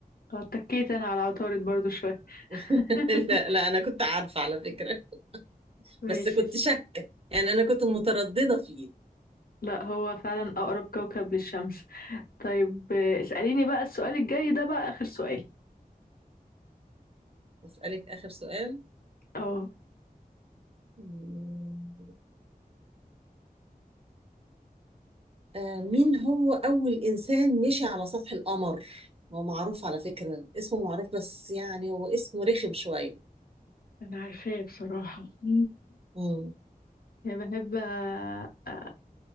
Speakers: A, on the left; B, on the right.
A: آه، اتكيت أنا على عطارد برضو شوية
B: <laughs>
A: <laughs>
B: لا لا انا كنت عارفه على فكره
A: ماشي
B: بس كنت
A: س-
B: شاكه يعني انا كنت متردده فيه
A: لا هو فعلا أقرب كوكب للشمس طيب آه، اسأليني بقى السؤال الجاي ده بقى آخر سؤال
B: اسالك اخر سؤال
A: اه
B: مم. آه، مين هو اول انسان مشي على سطح القمر هو معروف على فكره اسمه معروف بس يعني هو اسمه رخم شويه
A: أنا عارفاه بصراحة <laughs>
B: مم.
A: يعني بحب آه، آه،